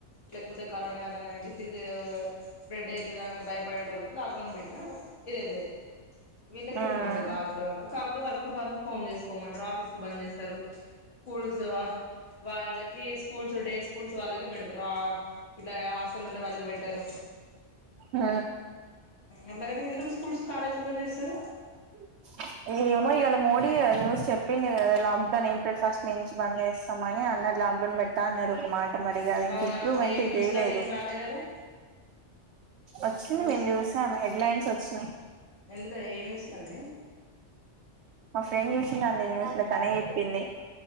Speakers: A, on the left; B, on the right.
A: లేకపోతే కరోనా ఏదైనా డిసీజ్ స్ప్రెడ్ అయితదా భయపడటోళ్ళకి లాక్డౌన్ బె ఇదది వీళ్ళక
B: ఉమ్
A: ఎందుకండి లాక్డౌన్ కాకపోతే వ వర్క్ ఫ్రం హోమ్ చేసుకోమంటారు ఆఫీసులు బంద్ చేస్తారు స్కూల్స్ వాళ్ళకి స్కూల్స్ డే స్కూల్స్ వాళ్ళకి పెడతారు ఆ ఇట్లా అసలు ఉండే వాళ్ళకి పెట్టారు
B: ఆ
A: అట్లాగనే ఎందుకు స్కూల్స్ కాలేజీలు బంద్ చేస్తారు
B: <inaudible> ఏమో ఇయళ మోడీ న్యూస్ చెప్పిడు లాక్డౌన్ ఏం ఫస్ట్ నుంచి బంద్ చేస్తామని అన్నరు లాక్డౌన్ పెడతా అన్నరు ఒక మరి ఇగ
A: అవునా
B: ఇంప్రూవ్మెంట్
A: ఏం న్యూస్లలో
B: చేయలేదు
A: ఏం రాలే కదా
B: వచ్చింది
A: న్యూస్లే
B: మేము చూసాం హెడ్లైన్స్ వచ్చినాయి
A: ఎందులో ఏ న్యూస్లో అండి
B: మా ఫ్రెండ్ చూసింది అంది న్యూస్ లో తనే చెప్పింది